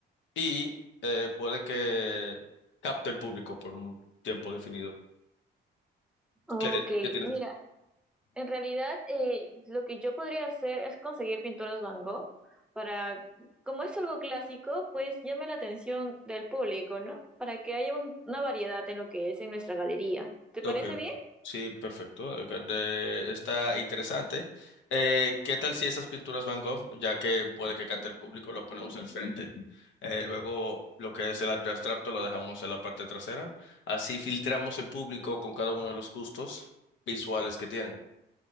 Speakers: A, on the left; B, in the centre.
A: y eh, pueden que capte el público por un tiempo definido.
B: Ah,
A: ¿Qué, de-
B: ok,
A: qué tienes?
B: mira, en realidad eh, lo que yo podría hacer es conseguir pinturas Van Gogh para, como es algo clásico, pues llame la atención del público, ¿no? Para que haya un- una variedad en lo que es en nuestra galería. ¿Te
A: Ok,
B: parece
A: per-
B: bien?
A: sí, perfecto. ok, de- está interesante. Eh, ¿qué tal si esas pinturas Van Gogh, ya que puede que cante el público, lo ponemos al frente? Eh, luego lo que es el arte abstracto lo dejamos en la parte trasera. Así filtramos el público con cada uno de los gustos visuales que tienen.